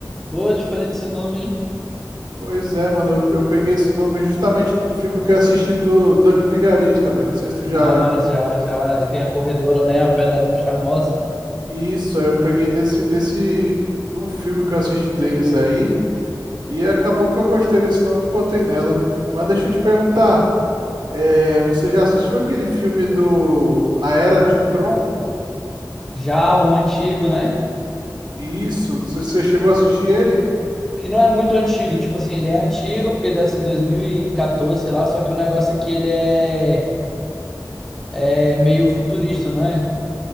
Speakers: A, in the centre; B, on the right.
A: Pô, diferente esse nome, hein?
B: Pois é, mano. Eu, eu peguei esse nome justamente de um filme que eu assisti do Duck Vigarista, velho. Não sei se tu já.
A: Ah, já, já. E Tem a corredora, né? A Penélope Charmosa.
B: Isso, aí eu peguei desse, desse. De um filme que eu assisti deles aí. E acabou que eu gostei desse nome e botei nela. Mas deixa eu te perguntar, eh, você já assistiu aquele filme do A Era de Tron?
A: Já o antigo, né?
B: Isso, você você chegou a assistir ele?
A: Que não é muito antigo. Tipo assim, ele é antigo, porque deve ser 2014, sei lá. Só que o negócio é que ele é, é meio futurista, não é?